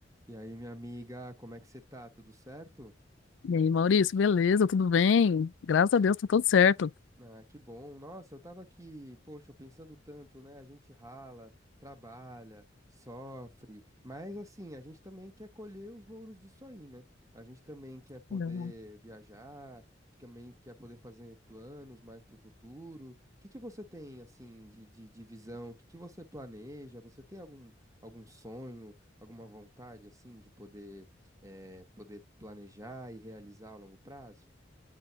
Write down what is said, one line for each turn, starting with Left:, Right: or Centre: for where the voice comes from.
Right: E aí, minha amiga, como é que você tá? Tudo certo?
Left: E aí, Maurício, beleza? Tudo bem? Graças a Deus, tá tudo certo.
Right: Ah, que bom. Nossa, eu tava aqui, poxa, pensando tanto, né? A gente rala, trabalha, sofre, mas assim, a gente também quer colher os louros disso aí, né? A gente também quer poder
Left: Uhum.
Right: viajar, também quer poder fazer planos mais pro futuro. O que que você tem, assim, de, de, de visão? O que que você planeja? Você tem algum, algum sonho, alguma vontade, assim, de poder, eh, poder planejar e realizar a longo prazo?